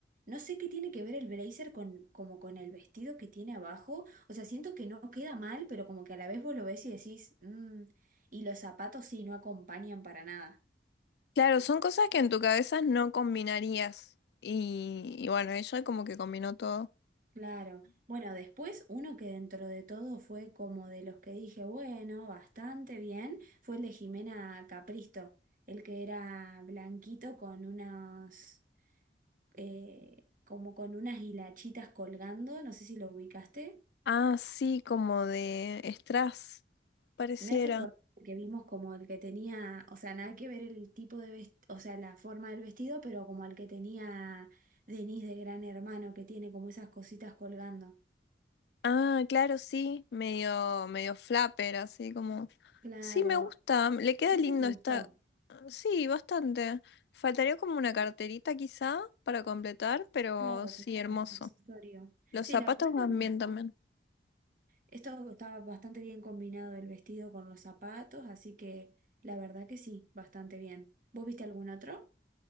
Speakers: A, on the right (about 50°); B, on the left (about 65°).
A: no sé qué tiene que ver el blazer con, como con el vestido que tiene abajo. O sea, siento que no queda mal, pero como que a la vez vos lo ves y decís, "Mm", y los zapatos sí no acompañan para nada.
B: Claro, son cosas que en tu cabeza no combinarías. Y, y bueno, ella como que combinó todo.
A: Claro. Bueno, después uno que dentro de todo fue como de los que dije, bueno, bastante bien, fue el de Jimena Capristo, el que era blanquito con unas, eh, como con unas hilachitas colgando, no sé si lo ubicaste.
B: Ah, sí, como de strass, pareciera.
A: Me hace acordar que vimos como el que tenía, o sea, nada que ver el tipo de vestido, o sea, la forma del vestido, pero como el que tenía Denise de Gran Hermano, que tiene como esas cositas colgando.
B: Ah, claro, sí, medio, medio flapper, así como.
A: Claro.
B: Sí, me gusta, le queda
A: Este
B: lindo
A: me gustó.
B: esta. Sí, bastante. Faltaría como una carterita quizá para completar, pero
A: Claro,
B: sí, hermoso.
A: como accesorio.
B: Los
A: Sí,
B: zapatos
A: la verdad
B: van
A: que me gustó.
B: bien también.
A: Esto estaba bastante bien combinado el vestido con los zapatos, así que la verdad que sí, bastante bien. ¿Vos viste algún otro?